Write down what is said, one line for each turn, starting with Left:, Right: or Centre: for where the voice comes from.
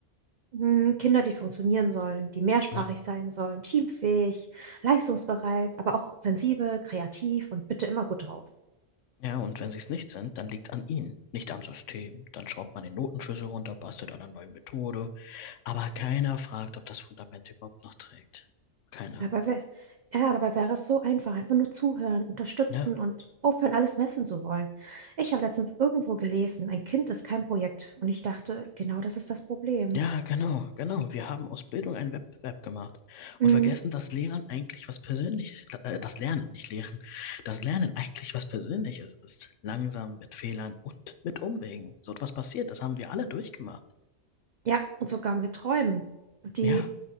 Right: Mhm, Kinder, die funktionieren sollen, die mehrsprachig
Left: Na,
Right: sein sollen, teamfähig, leistungsbereit, aber auch sensibel, kreativ und bitte immer gut drauf.
Left: Ja, und wenn sie es nicht sind, dann liegt's an ihnen, nicht am System. Dann schraubt man den Notenschlüssel runter, bastelt an einer neuen Methode. Aber keiner fragt, ob das Fundament überhaupt noch trägt. Keiner.
Right: Dabei wäre, ja, dabei wäre es so einfach, einfach nur zuhören, unterstützen
Left: Ne?
Right: und aufhören, alles messen zu wollen. Ich habe letztens irgendwo gelesen, ein Kind ist kein Projekt und ich dachte, genau das ist das Problem.
Left: Ja, genau, genau. Wir haben aus Bildung einen Wettbewerb gemacht
Right: Mhm.
Left: und vergessen, dass Lehren eigentlich was Persönliches, äh, das Lernen, nicht Lehren, das Lernen eigentlich was Persönliches ist. Langsam, mit Fehlern und mit Umwegen. So etwas passiert, das haben wir alle durchgemacht.
Right: Ja, und sogar mit Träumen, die
Left: Ja,